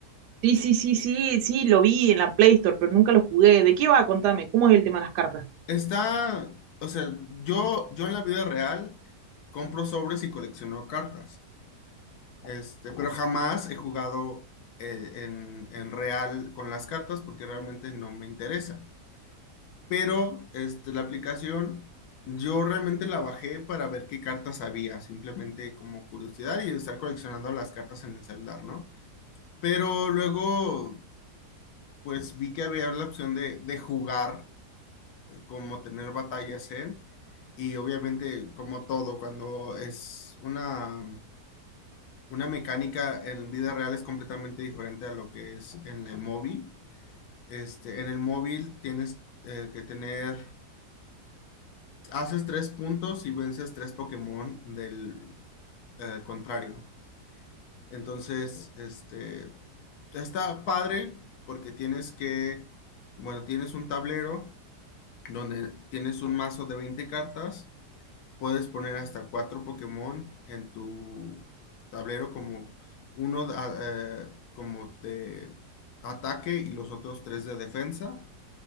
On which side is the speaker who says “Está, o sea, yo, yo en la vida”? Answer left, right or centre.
Left